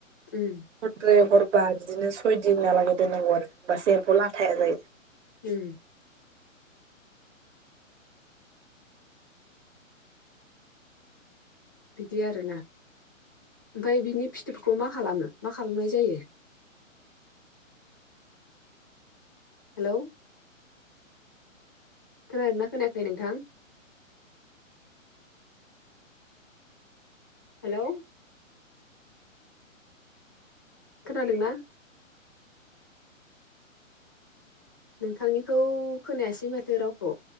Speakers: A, on the left; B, on the right.
A: उम
B: हरब्रै हरबा बिदिनो सयदिनालागै दोननांगौ आरो होमबासो एम्फौ लाथाया जायो।
A: उम बिदि आरोना ओमफाय बिनि फिथोबफोरखौ मा खालामो मा खालामनाय जायो? हेलौ खोनादो ना खोनायाखै नोंथां? हेलौ खोनादोंना? नोंथांनिखौ खोनायासै माथो रावखौ